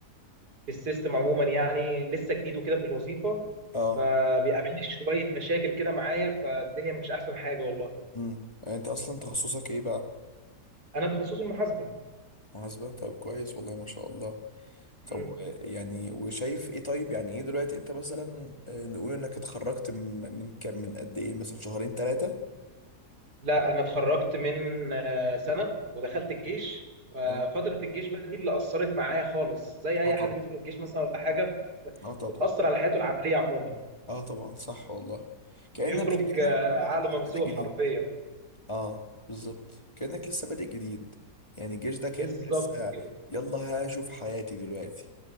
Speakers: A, on the right; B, on the left.
A: في السيستم عموما يعني لسه جديد وكده في الوظيفه
B: اه
A: فبيقابلني شويه مشاكل كده معايا فالدنيا مش احسن حاجه والله
B: امم انت اصلا تخصصك ايه بقى
A: انا تخصصي المحاسبه
B: محاسبة طب كويس والله ما شاء الله
A: مم.
B: طب و- يعني وشايف ايه طيب يعني ايه دلوقتي انت مثلا آه، نقول انك اتخرجت من من كام من قد ايه مثلا شهرين ثلاثة
A: لا انا اتخرجت من آه، سنه ودخلت الجيش ففتره
B: اه
A: الجيش بقى دي اللي اثرت معايا خالص زي اي
B: اه طبعا
A: حد بيدخل الجيش مثلا ولا حاجه
B: اه طبعا
A: بتاثر على حياته العمليه عموما
B: اه طبعا صح والله كأنك
A: بيخرج
B: كأنك
A: آه،
B: كأنك
A: عقله
B: لسه
A: ممسوح
B: بادئ جديد
A: حرفيا
B: اه بالظبط كأنك لسه بادئ جديد يعني الجيش ده كأنك
A: بالظبط
B: لسه
A: كده
B: يلا هشوف حياتي دلوقتي